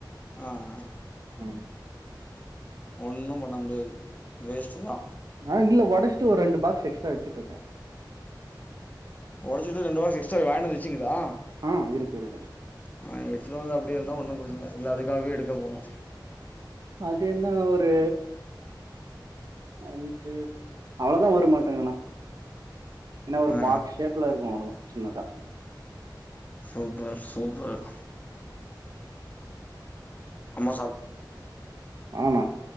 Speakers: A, on the left; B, on the right.
A: ஆ ஆ
B: ம்
A: ஒன்னும் பண்ண முடியாது வேஸ்ட்டு தா
B: ஆ இல்ல ஒடச்ட்டு ஒரு ரெண்டு பாக்ஸ் எக்ஸ்ட்ரா வெச்சிட்ருக்கே
A: ஒடச்சிட்டு ரெண்டு பாக்ஸ் எக்ட்ரா வ வாங்கிட் வந்து வெச்சிங்க்ளா
B: ஆ இருக்கு இருக்கு
A: நா எடுத்துட் வந்து அப்டியே இருந்தா ஒன்னு பிரச்சனில்ல இல்ல அதுக்காகவே எடுக்க போணு
B: அது என்ன ஒரு அஞ்சு அவ்ளோதா வரமாட்டுங்கண்ணா ஏன்னா ஒரு
A: ஆ
B: பாக்ஸ் ஷேப்ல இருக்கு அவ்ளோதா சின்னதா
A: சூப்பர் சூப்பர் அம்மா
B: ஆமா